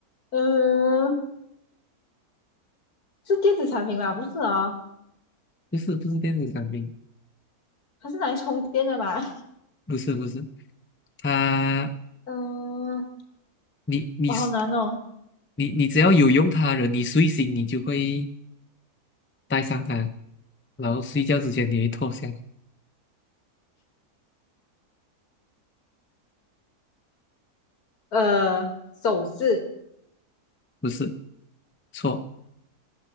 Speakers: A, on the left; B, on the left.
A: 嗯、呃，是电子产品吧？不是哦，
B: 不是不是电子产品，
A: 它是拿来充电的嘛？
B: 不是不是，他
A: <laughs> 嗯、呃
B: 你你是
A: 我好难哦，
B: 你你只要有用它的人，你睡醒你就会带上它，然后睡觉之前你会脱下，
A: 呃，首饰、
B: 不是错，